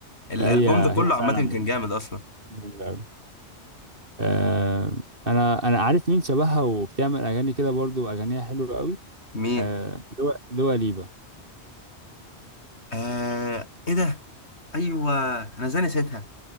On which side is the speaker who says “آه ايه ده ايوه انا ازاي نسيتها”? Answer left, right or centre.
Left